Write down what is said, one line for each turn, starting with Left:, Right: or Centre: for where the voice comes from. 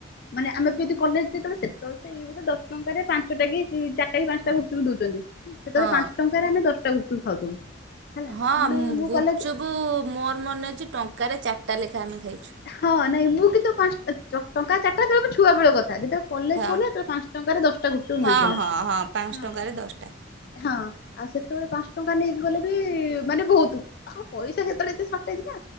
Left: ମାନେ ଆମେ ଯଦି କଲେଜ ଯେତେବେଳେ ସେତେବେଳେ ସେ ଦଶ ଟଙ୍କାରେ ପାଞ୍ଚଟା କି ଚାରଟା କି ପାଞ୍ଚଟା ଗୁପଚୁପ ଦଉଚନ୍ତି। ସେତେବେଳେ
Right: ହଁ।
Left: ପାଞ୍ଚ ଟଙ୍କାରେ ଆମେ ଦଶଟା ଗୁପଚୁପ୍ ଖାଉଥିଲୁ। ହେଲା
Right: ହଁ
Left: ଆମେ ମୁଁ
Right: ଗୁପଚୁପୁ
Left: କଲେଜ
Right: ମୋର ମନେ ଅଛି ଟଙ୍କାରେ ଚାରଟା ଲେଖାଏ ଆମେ ଖାଇଛୁ।
Left: ହଁ ନାଇଁ ମୁଁ କିନ୍ତୁ ପାଞ୍ଚ ଟଙ୍କାଟା ଚାରଟା ଯେତବଳେ ମୁଁ ଛୁଆ ବେଳ କଥା ଯେତେବେଳେ କଲେଜ
Right: ହଁ
Left: ପଢିଲା ସେତବଳେ ପାଞ୍ଚ ଟଙ୍କାରେ ଦଶଟା ଗୁପଚୁପ୍ ମିଳୁଥିଲା
Right: ହଁ ହଁ ପାଞ୍ଚ
Left: ହଁ
Right: ଟଙ୍କାରେ ଦଶଟା
Left: ହଁ ଆଉ ସେତବଳେ ପାଞ୍ଚ ଟଙ୍କା ନେଇକି ଗଲେ ବି ମାନେ ବହୁତ ହଁ ପଇସା ସେତେବେଳେ ଏତେ ଟେଜ୍ ନା